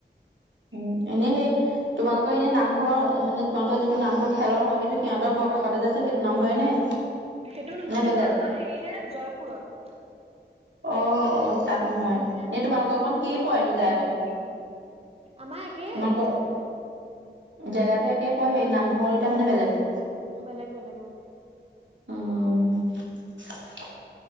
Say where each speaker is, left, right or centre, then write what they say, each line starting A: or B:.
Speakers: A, on the right; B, on the right.
A: উম' এনেই সেই তোমালোকৰ এনে নামঘৰ মানে- তোমালোকৰ যিটো নামঘৰ খেলৰ হয় সেইটো সিহঁতৰ ঘৰ কষতে যে আছে সেইটো নামঘৰে নে?
B: সেইটো নহয়
A: নে বেলেগ?
B: নহয় আমাৰ হেৰিহে জয়পুৰত।
A: অ' অ' তাত নহয়,
B: মানে
A: এ তোমালোকৰ
B: অ
A: কণ
B: আগলে
A: কি পৰেনো জেগাকণ?
B: আমাৰ একেই
A: তোমালোকৰ
B: জেগা।
A: জেগাটো একে পৰে সেই নামঘৰ গিটা মানে বেলেগ।
B: বেলেগ, বেলেগ অঁ'।
A: অঁ'